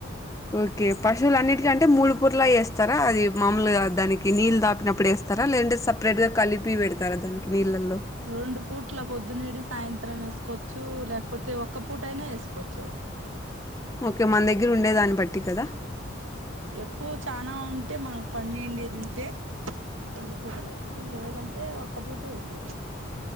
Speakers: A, on the left (about 15°); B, on the right (about 75°).
A: ఓకే పశువుల అన్నిటికంటే మూడు పూటలా వేస్తారా అది మాములుగా దానికి నీళ్ళు దాపినప్పుడు ఎస్ స్తారా లేదంటే సపరేట్గా కలిపి పెడతారా దానికి నీళ్ళలో
B: రెండు పూట్ల పొద్దున్నడి సాయంత్రం వేసుకోవచ్చు లేకపోతే ఒక్క పూట అయినా ఎసుకోచ్చు
A: ఓకే మన దగ్గర ఉండే దాన్ని బట్టి కద
B: ఎక్కువ చాన ఉంటే మనకి పండిందేది ఉంటే రెండు పూటలు ఎయచ్చు లేదంటే ఒక్క పూట వేసేది